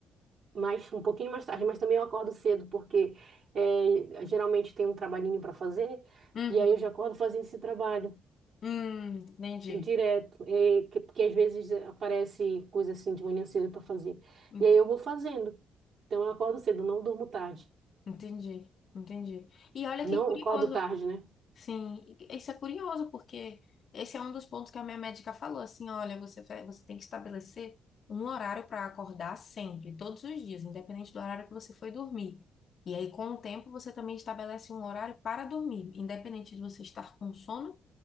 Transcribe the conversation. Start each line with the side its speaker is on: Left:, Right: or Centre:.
Right: mas um pouquinho mais tarde, mas também eu acordo cedo, porque é, geralmente tem um trabalhinho para fazer,
Left: Uhum.
Right: e aí eu já acordo fazendo esse trabalho
Left: Hum, entendi.
Right: direto, é, que, porque às vezes eh, aparece coisa assim de manhã cedo para fazer.
Left: Ent-
Right: E aí eu vou fazendo. Então eu acordo cedo, não durmo tarde.
Left: Entendi, entendi. E olha
Right: Não
Left: que curioso,
Right: acordo tarde, né?
Left: Sim, e isso é curioso, porque esse é um dos pontos que a minha médica falou, assim, olha, você, vai- você tem que estabelecer um horário para acordar sempre, todos os dias, independente do horário que você foi dormir. E aí, com o tempo, você também estabelece um horário para dormir, independente de você estar com sono